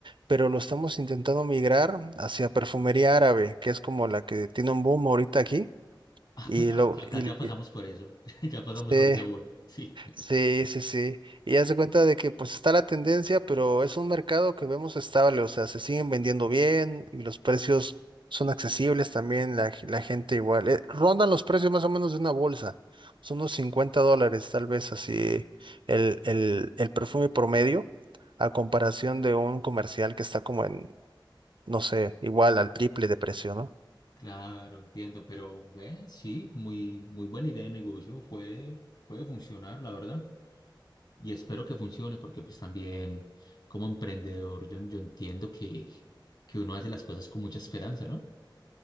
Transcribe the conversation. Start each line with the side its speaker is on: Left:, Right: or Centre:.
Right: pero lo estamos intentando migrar hacia perfumería árabe, que es como la que tiene un boom ahorita aquí.
Left: <laughs>
Right: Y lo,
Left: A- acá
Right: y,
Left: ya pasamos
Right: y-
Left: por eso, <laughs> ya pasamos
Right: sí,
Left: por ese bueno. <laughs> Sí,
Right: Sí, sí, sí. Y haz de cuenta de que pues está la tendencia, pero es un mercado que vemos estable, o sea, se siguen vendiendo bien y los precios son accesibles también, la, g- la gente igual. eh, rondan los precios más o menos de una bolsa, son unos 50 dólares tal vez así el, el, el perfume promedio a comparación de un comercial que está como en, no sé, igual al triple de precio, ¿no?
Left: claro, entiendo, pero ve, sí, muy, muy buena idea de negocio, puede, puede funcionar, la verdad. Y espero que funcione porque pues también como emprendedor yo, yo entiendo que, que uno hace las cosas con mucha esperanza, ¿no?